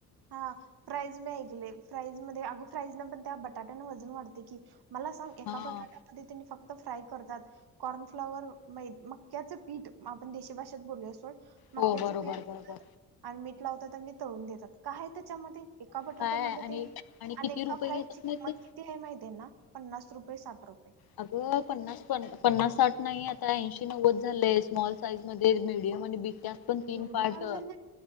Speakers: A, on the right; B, on the left.
A: हा, फ्राईज मी ऐकले. फ्राईज मध्ये अग फ्राईज न पण त्या बटाट्याने वजन वाढतंय की. मला सांग एका
B: हा
A: बटाट्यामध्ये तेनी फक्त फ्राय करतात कॉर्नफ्लॉवर मै म मक्याचे पीठ, आपण देश भाषेत बोलूया सोड. मक्याच
B: हो बरोबर
A: पीठ लावतात
B: बरोबर
A: आणि मीठ लावतात त्यां तळून देतात काय त्याच्यामध्ये? एका बटाटे
B: काय
A: मागे
B: आणि
A: त्यांनी आणि
B: किती
A: एका
B: रुपये
A: फ्राई
B: घेतात
A: ची
B: नाही
A: किंमत
B: ते
A: किती आहे माहितीये ना पन्नास रुपये - साठ रुपये.
B: अगं पन्नास, पन्नास-साठ नाही आता ऐंशी-नव्वद झालंय स्मॉल साईज मध्ये मि म्हणजे ब त्यात पण तीन
A: एवढी
B: पार्ट.
A: महाग झाली